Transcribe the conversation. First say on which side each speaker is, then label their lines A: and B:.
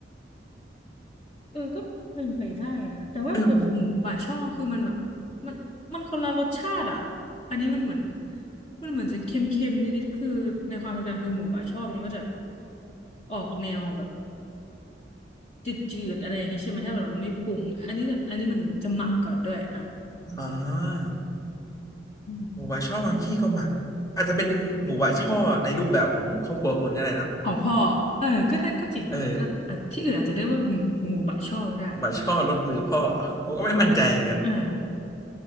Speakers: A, on the left; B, on the left.
A: เออก็เป็นไปได้นะแต่ว่าแบบหมูบะช่อคือมันแบบ
B: เออมัน
A: มันมันคนละรสชาติอ่ะอันนี้มันเหมือนมันเหมือนจะเค็มๆนิดๆคือในความทรงจำคือหมูบะช่อมันก็จะออกแนวแบบจืดๆอะไรอย่างนี้ใช่ไหมถ้าแบบเราไม่ปรุงอันนี้เนี่ยอันนี้มันเหมือนจะหมักก่อนด้วยอ่ะ
B: อ่า
A: อืม
B: หมูบะช่อบางที่ก็หมักอาจจะเป็นหมูบะช่อในรูปแบบของครอบครัวคุณก็ได้เนอะ
A: ของพ่อเออก็ได้ก็จริงนะก็อ่ะที่อื่นอาจจะได้ว่าเป็นหมูบะช่อก็ได้
B: เออหมูบะช่อรสมือพ่อผมก็ไม่มั่นใจเหมือนกัน
A: อ่า